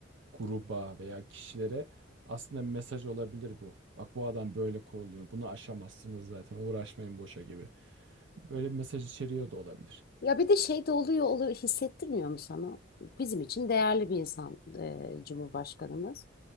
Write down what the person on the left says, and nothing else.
Ya bir de şey de oluyor, oluyor hissettirmiyor mu sana? Bizim için değerli bir insan e, Cumhurbaşkanımız.